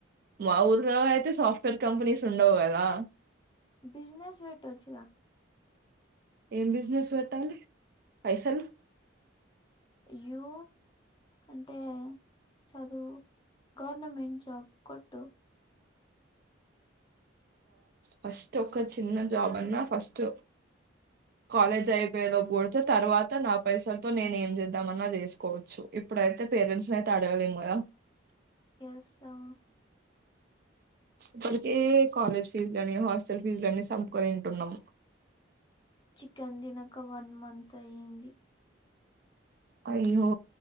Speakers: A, on the right; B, on the left.
A: మా ఊరు తర్వా అయితే సాఫ్ట్వేర్ కంపెనీస్ ఉండవు కదా
B: బిజినెస్ వెట్ వచ్చదా
A: ఏం బిజినెస్ పెట్టాలి పైసలు
B: యూ అంటే చదువు గవర్నమెంట్ జాబ్ కొట్టు
A: ఫస్ట్ ఒక చిన్న జాబ్ అన్నా ఫస్ట్ కాలజ్ అయిపోలో పతే తర్వాత నా పైసలతో నేనే ఏం చేద్దాం చేసుకోవచ్చు ఇప్పుడైతే పేరెంట్స్ అడవలే ము
B: ఎస్ ఆ
A: ఇప్పటికే కాలేజ్ ఫీజు ని హాస్టల్ ఫీజు లని సంపుకు తింటున్నాం
B: చికెన్ తినక వన్ మంతంత్ అయయింది
A: అయ ఓ